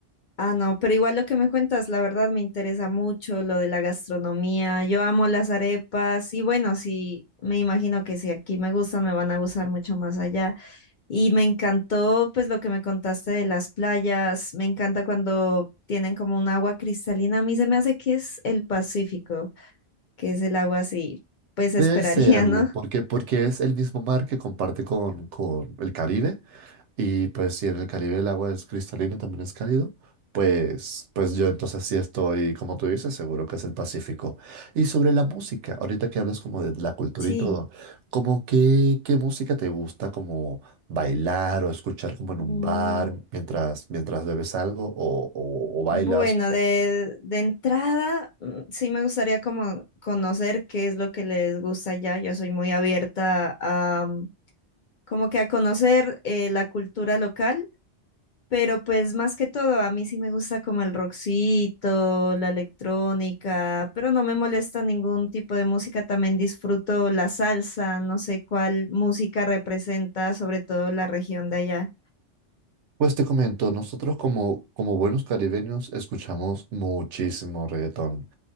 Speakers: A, on the left (about 60°); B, on the right (about 80°).
A: Ah, no, pero igual lo que me cuentas, la verdad me interesa mucho lo de la gastronomía. Yo amo las arepas y bueno, sí, me imagino que si aquí me gustan, me van a gustar mucho más allá. Y me encantó pues lo que me contaste de las playas. Me encanta cuando tienen como un agua cristalina. A mí se me hace que es el Pacífico, que es el agua así,
B: <laughs>
A: pues
B: Debe
A: esperaría,
B: serlo,
A: <laughs> ¿no?
B: porque, porque es el mismo mar que comparte con, con el Caribe. Y pues si en el Caribe el agua es cristalina, también es cálido, pues, pues yo entonces sí estoy, como tú dices, seguro que es el Pacífico. Y sobre la música, ahorita que hablas como de la cultura
A: Sí.
B: y todo, como qué, qué música te gusta como bailar o escuchar como en
A: Mm,
B: un bar mientras, mientras bebes algo o, o, o bailas?
A: Bueno, de, de entrada, mm, sí me gustaría como conocer qué es lo que les gusta allá. Yo soy muy abierta a mm, como que a conocer eh, la cultura local, pero pues más que todo, a mí sí me gusta como el rockcito, la electrónica, pero no me molesta ningún tipo de música. También disfruto la salsa, no sé cuál música representa sobre todo la región de allá.
B: Pues te comento, nosotros como, como buenos caribeños escuchamos muchísimo reggaetón.